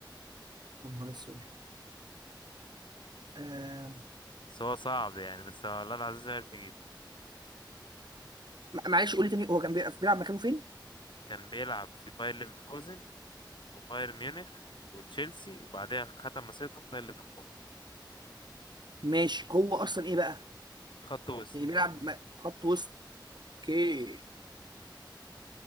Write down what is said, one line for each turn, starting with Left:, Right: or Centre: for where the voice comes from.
Right: يا نهار اسود آه،
Left: بس هو صعب يعني بس هو الله العزيز عارف يجيب
Right: مع- معلش قول لي تاني هو كان بيلعب بيلعب مكانه فين
Left: كان بيلعب في باير ليفركوزن وباير ميونخ وتشيلسي وبعدها ختم مسيرته في باير ليفركوزن
Right: ماشي هو اصلا ايه بقى
Left: خط وسط
Right: يعني بيلعب م- خط وسط اوكي